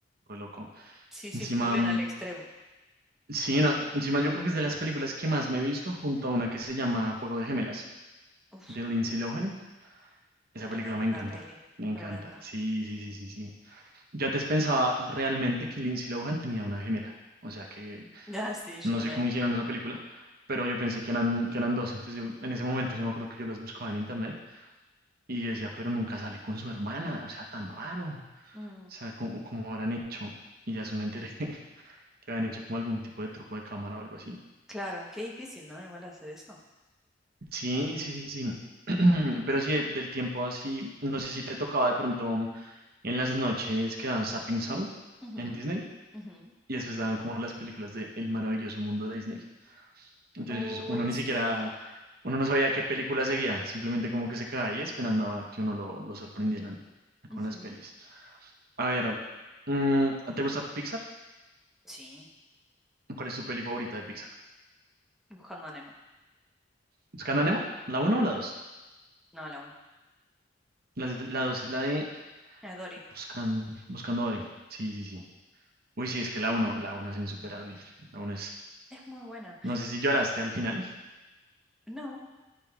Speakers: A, on the right; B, in the centre.
A: re loco.
B: Sí, sí,
A: Encima,
B: bullying
A: mm,
B: al extremo.
A: sí, no, encima yo creo que es de las películas que más me he visto junto a una que se llama Juego de Gemelas,
B: Uf,
A: de Lindsay Lohan. Esa
B: tremenda
A: película me encanta,
B: peli,
A: me encanta.
B: tremenda.
A: Sí, sí, sí, sí, sí. Yo antes pensaba realmente que Lindsay Lohan tenía una gemela. O sea que
B: Ah, sí, yo
A: no
B: también.
A: sé cómo hicieron esa película, pero yo pensé que eran, que eran dos. Entonces yo, en ese momento yo me acuerdo que yo las buscaba en internet y yo decía, pero nunca sale con su hermana. O sea, tan raro. O
B: Mm,
A: sea, como, como habrán hecho. Y ya después me enteré <laughs> que habían hecho como algún tipo de truco de cámara o algo así.
B: claro, qué difícil, ¿no? Igual hacer eso.
A: Sí, sí, sí, sí. <clears throat> Pero sí, de- del tiempo así, no sé si te tocaba de pronto. En las noches que daban Sapping Sound
B: Ujú,
A: en Disney
B: ujú.
A: y después daban como las películas de El maravilloso mundo de Disney. Entonces
B: Uy,
A: uno ni
B: sí.
A: siquiera, uno no sabía qué película seguía, simplemente como que se quedaba ahí esperando a que uno lo, lo sorprendieran con
B: ujú.
A: las pelis. A ver, mm, ¿te gusta Pixar?
B: Sí,
A: ¿Cuál es tu peli favorita de Pixar?
B: buscando a Nemo.
A: ¿Buscando a Nemo? ¿La uno o la dos
B: No, la uno.
A: La, la 2 es la de
B: A Dory.
A: Buscan, Buscando a Dory. Sí, sí, sí. Uy, sí, es que la uno la uno es insuperable. La uno es...
B: Es muy buena.
A: No sé si lloraste al final,
B: No,